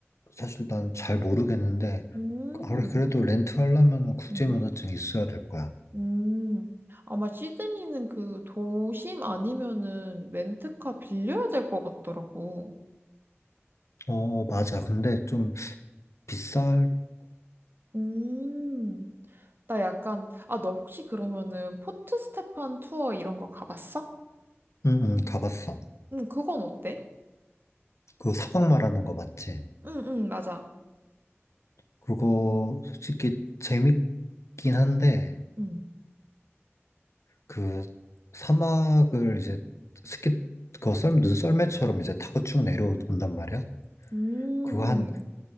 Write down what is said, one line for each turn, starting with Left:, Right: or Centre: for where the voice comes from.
Left: 사실 난 잘 모르겠는데
Right: 음,
Left: 아, 그래, 그래도 렌트하려면 국제면허증
Right: 음,
Left: 있어야 될 거야.
Right: 음. 아마 시드니는 그 도심 아니면은 렌트카 빌려야 될 것 같더라고.
Left: 어, 어, 맞아. 근데 좀 비쌀걸?
Right: 음, 나 약간, 아, 너 혹시 그러면은 포트 스테판 투어 이런 거 가봤어?
Left: 응, 응, 가봤어.
Right: 응, 그건 어때?
Left: 그 사막 말하는 거 맞지?
Right: 응, 응, 맞아.
Left: 그거 솔직히 재밌긴 한데,
Right: 응,
Left: 그 사막을 이제 스키, 그거 썰, 눈썰매처럼 이제 타고 쭉 내려온단 말이야?
Right: 음,
Left: 그거
Right: 음.
Left: 한